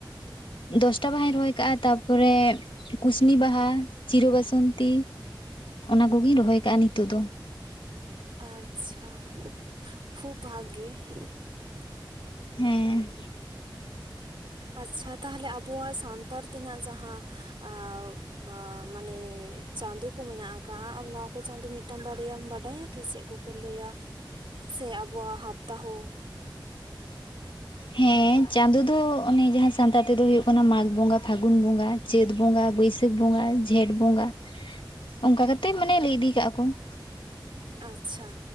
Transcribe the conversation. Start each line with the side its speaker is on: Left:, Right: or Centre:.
Left: ᱫᱚᱥᱴᱟ ᱵᱟᱦᱟᱧ ᱨᱚᱦᱚᱭ ᱠᱟᱜᱼᱟ ᱛᱟᱯᱚᱨᱮ ᱠᱩᱥᱱᱤ ᱵᱟᱦᱟ ᱪᱤᱨᱟᱹ ᱵᱟᱹᱥᱼᱼ ᱼᱚᱱᱛᱤ ᱚᱱᱟ ᱠᱚᱜᱤᱧ ᱨᱚᱦᱚᱭ ᱠᱟᱜᱼᱟ ᱱᱤᱛᱚᱜ ᱫᱚ ᱾
Right: ᱟᱪᱪᱷᱟ ᱠᱷᱩᱵ ᱵᱷᱟᱜᱤ ᱾ <unintelligible>
Left: ᱦᱮᱸᱻ
Right: ᱟᱪᱪᱷᱟ ᱛᱟᱦᱚᱞᱮ ᱟᱵᱚᱣᱟᱜ ᱥᱟᱱᱛᱟᱲ ᱛᱮᱱᱟᱜ ᱡᱟᱦᱟᱸ ᱟᱻ ᱵᱟ ᱢᱟᱱᱮ ᱪᱟᱸᱫᱳ ᱠᱚ ᱢᱮᱱᱟᱜ ᱟᱠᱟᱜᱼᱟ ᱾ ᱟᱢ ᱱᱚᱣᱟ ᱠᱚ ᱪᱟᱸᱫᱚ ᱢᱤᱫᱴᱟᱝ ᱵᱟᱨᱭᱟᱢ ᱵᱟᱰᱟᱭᱟ ᱠᱤ ᱪᱮᱫ ᱠᱚ? ᱠᱚ ᱞᱟᱹᱭᱟ? ᱥᱮ ᱟᱵᱚᱣᱟᱜ ᱦᱟᱯᱛᱟ ᱦᱚᱸ ᱼᱼ <inaudible>
Left: ᱦᱮᱸ ᱪᱟᱸᱫᱳ ᱫᱚ ᱚᱱᱮ ᱡᱟᱦᱟᱸ ᱥᱟᱱᱛᱟᱲ ᱛᱮᱫᱚ ᱦᱩᱭᱩᱜ ᱠᱟᱱᱟ ᱢᱟᱜᱽ ᱵᱚᱸᱜᱟ, ᱯᱷᱟᱹᱜᱩᱱ ᱵᱚᱸᱜᱟ ᱾ ᱪᱟᱹᱛ ᱵᱚᱸᱜᱟ, ᱵᱟᱹᱭᱥᱟᱹᱠᱷ ᱵᱚᱸᱜᱟ, ᱡᱷᱮᱸᱴ ᱵᱚᱸᱜᱟ, ᱚᱱᱠᱟ ᱠᱟᱛᱮᱜ ᱢᱟᱱᱮ ᱞᱟᱹᱭ ᱤᱫᱤ ᱠᱟᱜᱼᱟ ᱠᱚ ᱾
Right: ᱟᱪᱪᱷᱟ